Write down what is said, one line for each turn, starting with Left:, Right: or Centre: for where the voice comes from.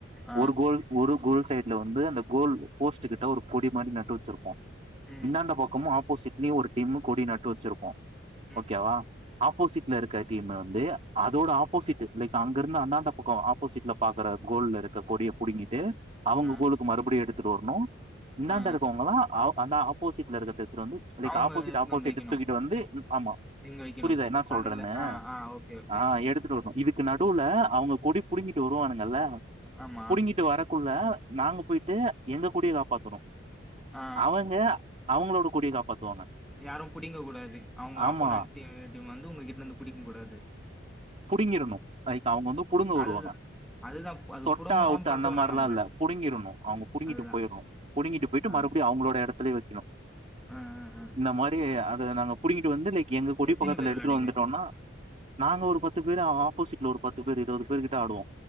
Centre: ஆ
Right: ஒரு கோல் ஒரு கோல் சைடுல வந்து அந்த கோல் போஸ்ட் கிட்ட ஒரு கொடி மாதிரி நட்டு வெச்சுருப்போ
Centre: ம்
Right: இந்தாந்த பக்கமு ஆப் போ சிட் இத்தினியு ஒரு டீம்மு கொடி நட்டு வெச்சுருப்போ
Centre: ம்
Right: ஓகேவா ஆப்போசிட்ல இருக்க டீம்ம வந்து அதோட ஆப்போசிட்டு லைக் அங்க இருந்து அந்தாண்ட பக்கோ ஆப் போசிட்ல பாக்கற கோல்ல இருக்க கொடிய புடுங்கிட்டு அவங்க
Centre: ஆ
Right: கோலுக்கு மறுபடியு எடுத் த்துட்டு வர்ணு இந்தாண்ட
Centre: ஆ ஆ
Right: இருக்குவங்களதா ஆ அந்தா ஆப்போசிட்ல இருக்கது ஒருத்தரு வந்து லைக்
Centre: அவங்க
Right: ஆப்போசிட்டு
Centre: எட்த்துனு
Right: ஆப்போசிட்டு
Centre: வந்து வெக்கணு
Right: தூக்கிட்டு வந்து ம் ஆம்மா
Centre: இங்க வைக்கணும்
Right: புரிதா என்ன சொல்றன்னு
Centre: அதுல ஆ ஆ ஓகே ஓகே
Right: ஆ எடுத்துட்டு வர்னு இது க்கு நடுவுல அவுங்க கொடி புடுங்கிட்டு வருவானுங்கல்ல
Centre: ஆமா
Right: புடுங்கிட்டு வர குள்ள நாங்க போயிட்டு எங்க கொடிதாப் பாத்துரு
Centre: ஆ
Right: அவங்க அவங்ளோடு கொடிய காப்பாத்துவாங்க
Centre: யாரு புடிங்க கூடாது அவங்க
Right: ஆமா
Centre: ஆப்போனன்ட் டீம் டீமு வந்து உங்க கிட் னந்து புடிக்குங் கூடாது
Right: புடுங்கிரணு லைக் அவுங்க வந்து புடுங்க வருவாங்க
Centre: அதுதான் அதுதான் அது
Right: தொட்டா
Centre: புடங்க விடாம
Right: அவுட்டு
Centre: பாத்துக்கணும்
Right: அந்த மார்லா
Centre: நம்ம
Right: இல்ல புடுங்கிரணு அவங்க புடுங்கிட்டு
Centre: அதுதான்
Right: போயிர்ணு புடுங்கிட்டு போயிட்டு
Centre: ஆ
Right: மறுபடியு அவங்களோட எடத்துலயே வெக்கணு
Centre: ஆ ஆ ஆ.
Right: இந்த மாரி அத் ந்த நாங்க புடுங்கிட்டு வந்து லைக் எங்க கொடி
Centre: எத்தனை
Right: பகத்துல
Centre: பேர்
Right: எடுத்துட்டு
Centre: விளையாடுங்க
Right: வந்துட்டோன்னா நாங்க ஒரு பத் ஆப்போசிட்ல ஒரு பத்து பேரு இருவது பேரு கிட்ட ஆடுவோ